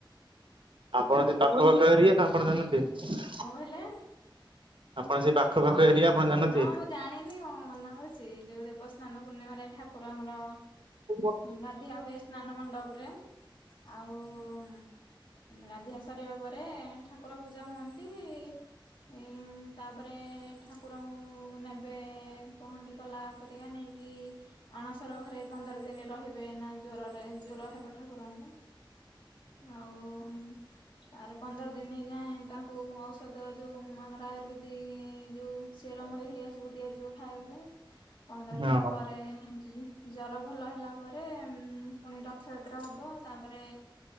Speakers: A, on the right; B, on the left.
A: ଆପଣ ସେ ପାଖ ପାଖ ଏରିଆ, ଆପଣ ଜାଣି ନଥିବେ?
B: କଣ ହେଲେ?
A: ଆପଣ ସେ ପାଖ ପାଖ ଏରିଆ ଆପଣ ଜାଣିନଥିବେ?
B: ହଁ, ମୁଁ ଜାଣିନି, ମୁଁ ମନା କରୁଚି, ଯୋଉ ଦେବସ୍ନାନ ପୂର୍ଣ୍ଣିମାରେ ଠାକୁର ଆମର
A: ହୁଁ।
B: ଉଁ, ଗାଧିଆ ହୁଏ ସ୍ନାନ ମଣ୍ଡପରେ, ଆଉ ଉ ଗାଧିଆ ସରିବା ପରେ, ଠାକୁର ପୂଜା ହୁଅନ୍ତି ଇ। ଉଁ ଉଁ, ତାପରେ ଠାକ୍ ଠାକୁର ଙ୍କୁ ନେବେ, ପହଣ୍ଡି କଲା ପରିକା ନେଇକି ଅଣସର ଘରେ ପନ୍ଦର ଦିନି ରହିବେ, ନା ଜ୍ୱରରେ, ଜ୍ୱର ହେବ ଠାକୁରଙ୍କୁ। ଆଉ ଉ ତାରେ ପନ୍ଦର ଦିନ ଯାଏ, ତାଙ୍କୁ ଔଷଧ ଯୋଉ, ଆମର ଆୟୁର୍ବେଦିକ ଯୋଉ ଚେରମୁଳି ହେରିଆ ସବୁ ଦିଆଯିବ ଖାଇବା ପାଇଁ। ପନ୍ଦର
A: ହୁଁ ହଁ
B: ଦିନ ପରେ, ଜ ଜର ଭଲ ହେଲା ପରେ, ଉଁ ପୁଣି ରଥଯାତ୍ରା ହବ, ତାପରେ